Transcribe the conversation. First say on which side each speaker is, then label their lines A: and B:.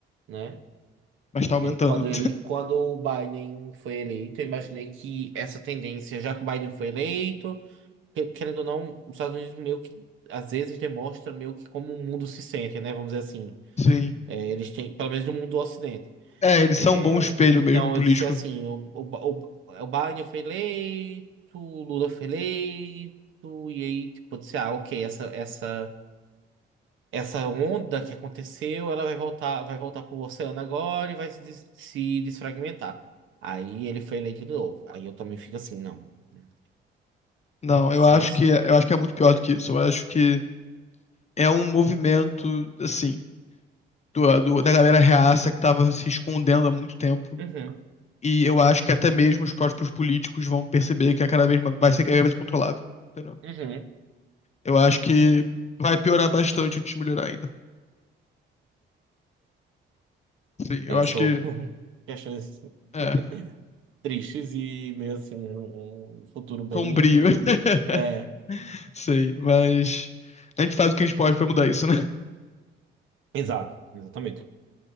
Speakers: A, on the right (about 80°); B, on the left (about 35°).
A: né?
B: Mas tá aumentando.
A: Quando ele, quando o Biden foi eleito, eu imaginei que essa tendência, já que o Biden foi eleito. que- querendo ou não, os Estados Unidos meio que às vezes demonstra meio que como o mundo se sente, né? Vamos dizer assim.
B: <laughs> Sim.
A: É, eles têm, pelo menos no mundo do Ocidente.
B: É, eles
A: É,
B: são um bom espelho
A: então
B: mesmo político.
A: eu disse assim: o, o, Ba- o, o Biden foi eleito, o Lula foi eleito, e aí, tipo, eu disse, ah, ok, essa, essa, essa onda que aconteceu, ela vai voltar, vai voltar pro oceano agora e vai se, des- se desfragmentar. Aí ele foi eleito de novo. Aí eu também fico assim, não, hum,
B: Não,
A: é
B: eu
A: sem
B: acho
A: noção.
B: que é, eu acho que é muito pior do que isso. Eu acho que é um movimento, assim, do, do- da galera reaça que tava se escondendo há muito tempo.
A: Uhum,
B: E eu acho que até mesmo os próprios políticos vão perceber que é cada vez mais, vai ser cada vez mais controlável. entendeu?
A: uhum.
B: Eu acho que vai piorar bastante antes de melhorar ainda. Sim, eu
A: É,
B: acho
A: são
B: que
A: <laughs> questões
B: é
A: <laughs> tristes e meio assim, um um futuro bem.
B: sombrio. <laughs>
A: É,
B: Sei, mas a gente faz o que a gente pode pra mudar isso, né?
A: exato, exatamente.